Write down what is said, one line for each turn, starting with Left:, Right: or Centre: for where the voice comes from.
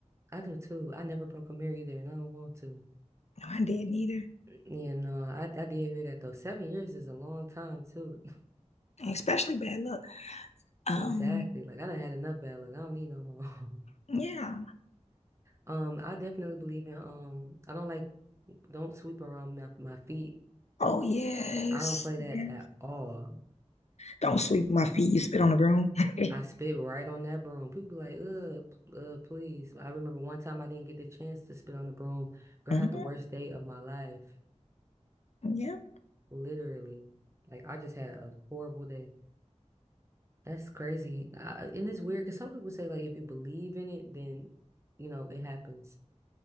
Right: I do too. I never broke a mirror either and I don't want to.
Left: No, I didn't either.
Right: You know, I, I did hear that though. Seven years is a long time too. <laughs>
Left: And especially bad luck. Um,
Right: Exactly. Like I done had enough bad luck. I don't need no more. <laughs>
Left: yeah.
Right: Um, I definitely believe in um I don't like don't sweep around my, my feet.
Left: Oh yes.
Right: I don't play that
Left: Yeah.
Right: at all.
Left: Don't sweep my feet. You spit on the broom. <laughs>
Right: I spit right on that broom. People be like, uh, p- uh, please. I remember one time I didn't get the chance to spit on the broom. Girl,
Left: Mhm.
Right: I had the worst day of my life.
Left: Yeah.
Right: Literally. Like I just had a horrible day. That's crazy. I, and it's weird because some people say like if you believe in it, then you know it happens.